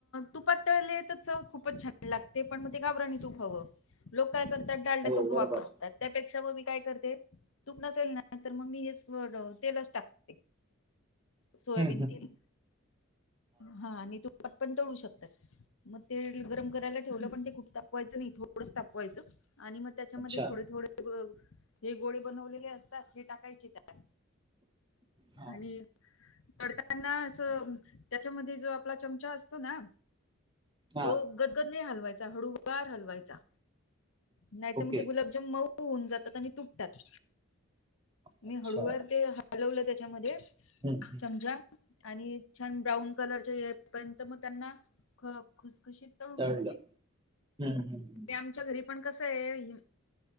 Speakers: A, on the left; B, on the right.
A: तुपात तळले तर चव खूपच छान लागते पण मग ते गावरानी तूप हवं. लोक काय करतात डालड्या
B: हो
A: तुप
B: बरोबर
A: वापरतात त्यापेक्षा म मी काय करते तुप नसेल नाही तर मग मी हेच तेलच टाकते. सोयाबीन
B: हम्म हम्म
A: तेल हा आणि तूपात पण तळु शकतात. मग तेल गरम करायला ठेवलं पण ते खूप तापवायचं नाही थोडंच तापवायचं आणि मग त्याच्यामध्ये
B: अच्छा
A: थोडे, थोडे हे गोळे बनवलेले असतात हे टाकायचे त्या
B: हा
A: आणि तडका. त्यांना असं त्यांच्यामध्ये जो, आपला चमचा असतो ना.
B: हा
A: तो गदगद नाही हलवायचा, हळूवार हलवायचा नाहीतर
B: ओके
A: मग ते गुलाब म्हणजे मऊ होऊन जातात, आणि तुटतात. मी
B: अच्छा
A: हळूवार
B: हम्म
A: ते हलवलं तेच्यामध्ये
B: हम्म
A: चमचा. आणि छान ब्राऊन कलरच्या इयर पर्यंत, मग त्यांना खुसखुशीत. तळून
B: तळलं
A: घेतले,
B: हम्म हम्म हम्म.
A: आमच्या घरी पण कसेय.